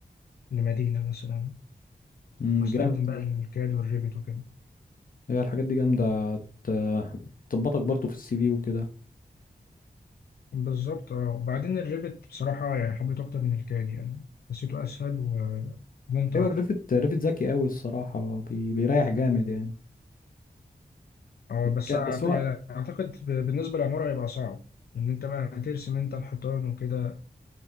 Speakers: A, on the left; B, on the left.
A: لمدينه مثلا
B: مم،
A: واستخدم
B: جامد
A: بقى الكاد والريفت وكده
B: هي الحاجات دي جامدة ت- تظبطك برضو في السي في وكده
A: بالظبط اه وبعدين الريفت بصراحه يعني حبيته اكتر من الكاد يعني حسيته اسهل وممتع
B: ايوه
A: اكتر
B: الريفت ريفت ذكي قوي الصراحة بي... بيريح جامد يعني
A: اه بس
B: ك-
A: أعت-
B: بس هو
A: يعني اعتقد ب- بالنسبه للعماره هيبقى صعب ان انت بقى هترسم انت الحيطان وكده